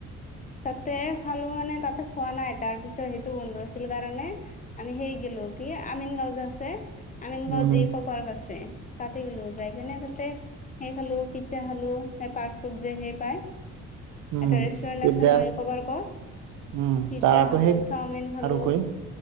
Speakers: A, on the left (about 25°); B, on the right (about 85°).
A: তাতে খালোঁ মানে তাতে খোৱা নাই তাৰ পিছত সেইটো বন্ধ আছিল কাৰণে আমি সেই গেলো কি আমিন গাঁও যে আছে আমিন গাঁও
B: উম হম
A: যি কপ পাৰ্ক আছে তাতে গেলু যাই যেনে তাতে সেই খালো পিজ্জা খালোঁ সেই পাৰ্ক টোত যে সেই পাই।
B: উম,
A: এটা ৰেষ্টুৰেন্ট
B: পিজ্জা
A: আছে নহয় ইক' পাৰ্কত।
B: উম,
A: পিজ্জা
B: তাৰ আকৌ
A: খালো
B: সেই
A: চাওমিন খালো
B: আৰু কৈ